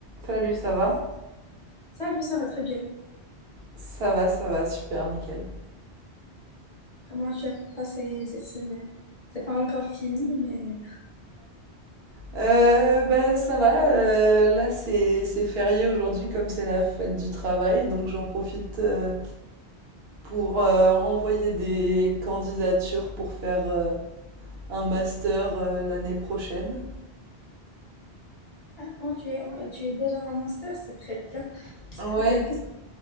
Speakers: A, on the right; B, on the left.
A: Salut, ça va?
B: Salut, ça va très bien.
A: Ça va, ça va, super, nickel.
B: Comment tu as passé cette semaine? C'est pas encore fini, mais
A: Euh, ben ça va, euh, là c'est c'est férié aujourd'hui comme c'est la fête du travail, donc j'en profite euh, pour euh, envoyer des candidatures pour faire euh, un master euh, l'année prochaine.
B: ah bon, tu es, tu es déjà en master, c'est très bien,
A: Ouais,
B: très bien. Qu'est-